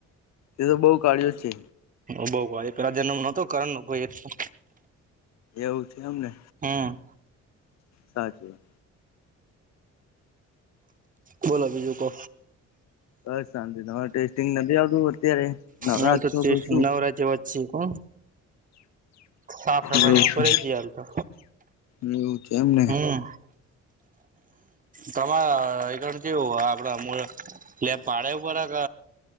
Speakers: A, on the left (about 60°); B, on the right (about 25°).
A: તે તો બઉ કાળ્યો છે.
B: હવ બઉ કાળ્યો પેલા જન્મમાં નતો કરણનો ભઈ એટલો.
A: એવું છે એમને.
B: હમ્મ.
A: સાચું.
B: બોલો બીજું કો.
A: બસ શાંતિ તમાર ટેસ્ટિંગ નથી આવતું અત્યારે? નવરા
B: હાલ તો
A: છો
B: ટેસ્ટ
A: કે શું
B: નવરા જેવા જ છે કો. સાફ સફાઈ
A: એવું
B: ને
A: છે
B: ઉપરેય જીયાલ તો.
A: એવું છે એમ.
B: હમ્મ, તમાર એ ધડ કેવું આપડા લેબ પાડે પરા ગ